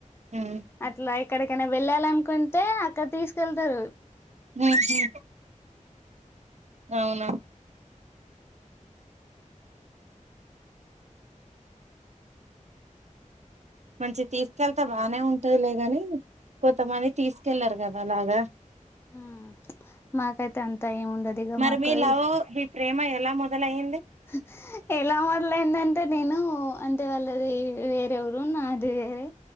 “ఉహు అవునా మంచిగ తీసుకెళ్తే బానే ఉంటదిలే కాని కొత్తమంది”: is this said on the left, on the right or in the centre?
Right